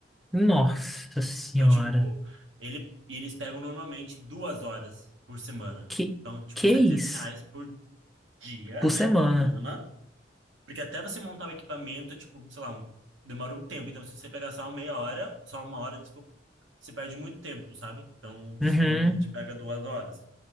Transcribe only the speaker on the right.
Então, tipo, ele, e eles pegam normalmente duas horas por semana.
Então, tipo,
700
reais por dia,
né,
por semana. Porque até você montar o equipamento, é tipo, sei lá, um, demora um tempo. Então, se você pegar só uma meia hora, só uma hora, desculpa, você perde muito tempo, sabe? Então, o pessoal
normalmente pega duas horas.